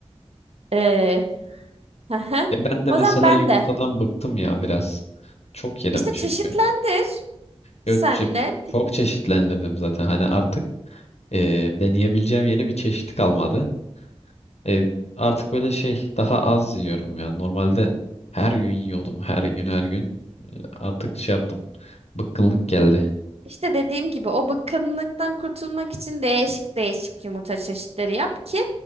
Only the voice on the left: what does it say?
Ya ben de
mesela
yumurtadan
bıktım ya biraz. Çok yedim
çünkü.
Gökçe
çok çeşitlendirdim zaten. Hani artık e, deneyebileceğim yeni bir çeşit kalmadı. E, artık böyle şey daha az yiyorum ya. Normalde her gün yiyordum. Her gün her gün. E, artık şey yaptım. Bıkkınlık geldi.